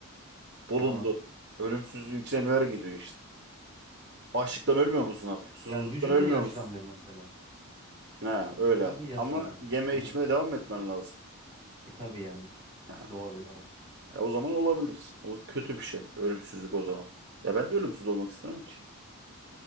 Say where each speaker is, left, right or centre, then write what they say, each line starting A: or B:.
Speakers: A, on the right (about 50°); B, on the right (about 25°).
A: Bulundu.
B: Tamam.
A: Ölümsüzlüğün içine neler geliyor işte. Açlıktan ölmüyor musun artık? Susuzluktan
B: Yani vücudun
A: ölmüyor
B: yaşlanmıyor
A: musun?
B: mesela.
A: Ha öyle.
B: Vücudun yaşlanmıyor.
A: Ama yeme
B: Hı
A: içmeye
B: hı.
A: devam etmen lazım.
B: E tabii yani
A: Ha.
B: doğal olarak.
A: E, o zaman olabilir. O kötü bir şey. Ölümsüzlük o zaman. Ya ben de ölümsüz olmak istemem ki.